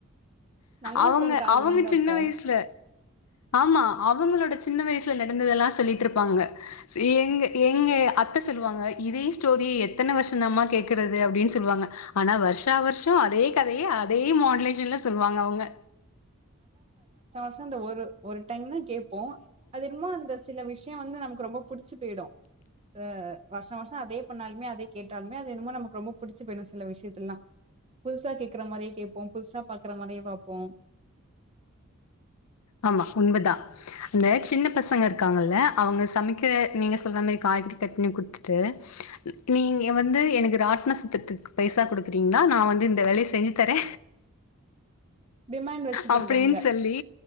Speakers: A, on the right; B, on the left.
A: நல்லா
B: அவங்க
A: இருக்கும்கா அது
B: அவங்க
A: வந்து
B: சின்ன
A: அப்ப
B: வயசுல ஆமா அவுங்களோட சின்ன வயசுல நடந்ததெல்லா சொல்லிட்ருப்பாங்க எங்க எங்க அத்தை சொல்வாங்க இதே ஸ்டோரிய எத்தனை வருஷந்தாம்மா கேக்கறது அப்டின் சொல்வாங்க ஆனா வருஷா வருஷ அதே கதையே அதே மாடுலேஷன்ல சொல்வாங்க அவங்க
A: கூண்டு ஒரு ஒரு டைம்ன கேப்போ அதென்மோ அந்த சில விஷய வந்து நமக்கு ரொம்ப புடிச்சு போயிடு ஆ வருஷா வருஷ அதே பண்ணாலுமே அதே கேட்டாலுமே அதென்னமோ நமக்கு ரொம்ப புடிச்சு போயுடு சில விஷயத்துலல்லா புதுசா கேக்கற மாரியே கேப்போ புதுசா பாக்குற மாரியே பாப்போ
B: ஆமா உண்மதா அந்த சின்ன பசங்க இருக்காங்கல்ல அவங்க சமைக்க நீங்க சொல்ற மாரி காய்கறி கட் பண்ணி குடுத்துட்டு நீங்க வந்து எனக்கு ராட்ன சுத்ததுக்கு பைசா குடுக்குறிங்னா நா வந்து இந்த வேலைய செஞ்சு தரே
A: டிமாண்ட் வச்சுக்கிறது
B: அப்டின்
A: அங்க
B: சொல்லி